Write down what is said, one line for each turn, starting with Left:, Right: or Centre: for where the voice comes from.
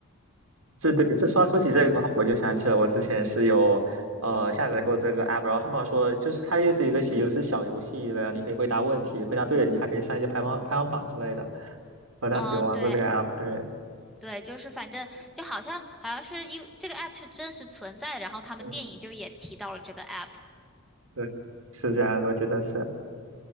Right: 这对，这说说起这个的话，我就想起了我之前是有呃下载过这个 app，然后他们说就是它也是一个游有是小游戏的，然后你可以回答问题，回答对了你还可以上一些排行排行榜之类的。我当时有玩过这个
Centre: 哦，对
Right: app，对，
Centre: 对，就是反正就好像好像是因为这个 app 是真实存在的，然后他们电影就也提到了这个
Right: 嗯，
Centre: app。
Right: 对，是这样的，我记得是。